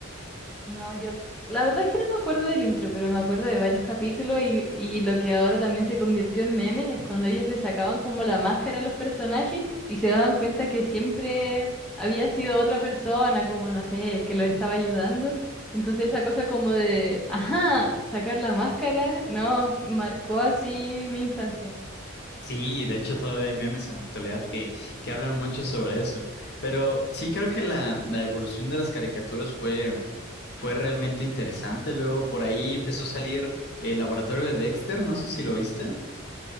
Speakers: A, in the centre; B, on the left.
A: No, yo, la verdad es que no me acuerdo del intro, pero me acuerdo de varios capítulos y, y lo que ahora también se convirtió en meme es cuando ellos le sacaban como la máscara a los personajes y se daban cuenta que siempre había sido otra persona, como no sé, el que los estaba ayudando. Entonces esa cosa como de, ajá, sacar la máscara, no, marcó así mi infancia.
B: Sí, de hecho todavía hay memes en la actualidad que, que hablan mucho sobre eso. Pero sí creo que la, la evolución de las caricaturas fue, fue realmente interesante. Luego por ahí empezó a salir el laboratorio de Dexter, no sé si lo viste.